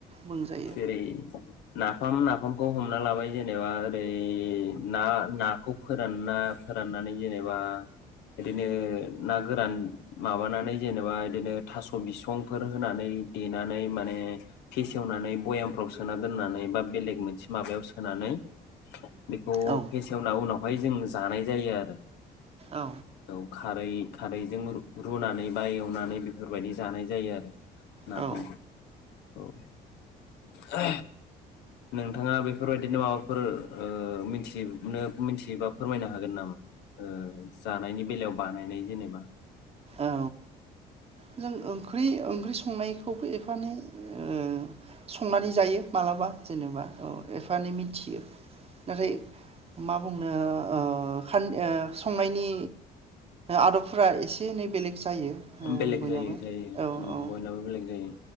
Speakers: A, on the right; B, on the left.
A: बुंजायो।
B: जेरै नाफाम नाफामखौ हमना लाबाय जेनेबा ओरै ना नाखौ फोरानना फोराननानै जेनेबा बिदिनो ना गोरान माबानानै जेनेबा बिदिनो थास‌ बिसंफोर होनानै देनानै माने फेसेवनानै भयामफ्राव सोना दोननानै बा बेलेग मोनसे माबायाव सोनानै बेखौ
A: औ
B: फेसेवना उनाव- बेवहाय जों जानाय जायो आरो
A: औ
B: औ खारै- खारैजों रुनानै बा एवनानै बेफोरबायदि जानाय जायो आरो नाफामखौ।
A: औ
B: औ नोंथाङा बेफोरबायदिनो माबाफोर मिथिनो मिथियोबा फोरमायनो हागोन नामा जानायनि बेलायाव बानायनाय जेनेबा?
A: औ जों ओंख ओंख्रि ओंख्रि संनायखौबो एफा एनै ओ संनानै जायो। मालाबा जेनेबा औ एफा एनै मिथियो नाथाय मा बुंनो ओ खान संनायनि आदबफोरा एसे एनै बेलेग जायो।
B: उम बेलेग
A: बयनाबो
B: जायो जायो
A: औ
B: ओ
A: औ
B: बयनाबो बेलेग जायो।